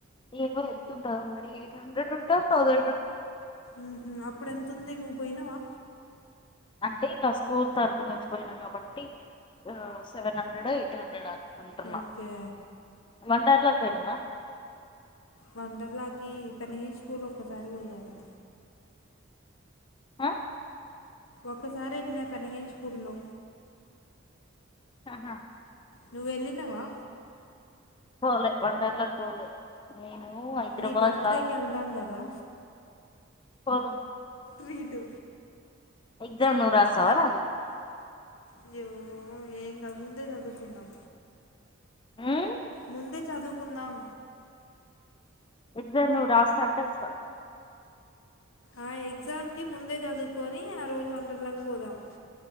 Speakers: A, on the left; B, on the left.
A: ఏమో ఎతుంటాదొ మరి ఎయిట్ హండ్రెడ్ ఉంటా థౌజండ్ ఉంటా
B: ఉహ అప్పుడు ఎంతుంది నువ్వు పోయినావా
A: అంటే ఇంగ స్కూల్ తరపు నుంచి పోయిన కాబట్టి సెవెన్ హండ్రెడ్ ఎయిట్ హండ్రెడ్ అ కుటుంమ్మ
B: ఓకే
A: వండర్లా వస్తాయినవా
B: వండర్లాకి పెనిగేష్పూర్ లో ఒక్కసారి పోయాను
A: ఆ
B: ఒక్కసారి ఎల్లా పెనిగేశ్పూర్లో
A: హా హా
B: నువ్వు వెళ్ళినవా
A: పోలే వండర్లా పోలే నేను హైదరాబాద్
B: నీ బర్త్ డే కి వెళ్దాం కదా
A: పోదం
B: దీ ఇటు
A: ఎగ్జామ్ నువ్ రాస్తావా ర
B: అయ్యో ఏంకాద్ ముందే చదువుకుందాం
A: ఉ <unintelligible>
B: ముందే చదువుకుందాం
A: ఎగ్జామ్ నువ్వు రాస్తా అంటే వస్తా
B: ఆ ఎగ్జామ్ కి ముందే చదువుకొని ఆ రోజు వండర్లాకి పోదాం